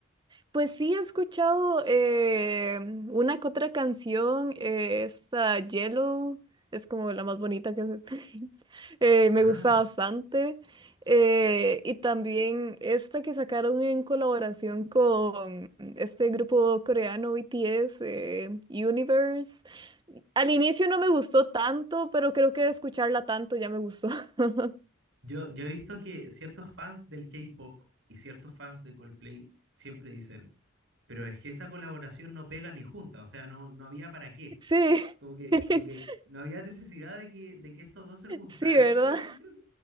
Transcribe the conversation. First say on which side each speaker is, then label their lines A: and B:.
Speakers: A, on the right; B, on the right.
A: Pues sí, he escuchado eh, una que otra canción, eh, esta Yellow, es como la más bonita que se- <laughs> eh, me
B: Ah.
A: gusta bastante. Eh, y también esta que sacaron en colaboración con este grupo coreano BTS, eh, Universe. Al inicio no me gustó tanto, pero creo que de escucharla tanto ya me gustó. <laughs>
B: Yo, yo he visto que ciertos fans del K-pop y ciertos fans de Coldplay siempre dicen, pero es que esta colaboración no pega ni junta, o sea, no, no había para qué.
A: Sí,
B: Como que,
A: <laughs>
B: como que no había necesidad de que, de que estos dos se juntaran,
A: sí, ¿verdad?
B: pero yo creo que,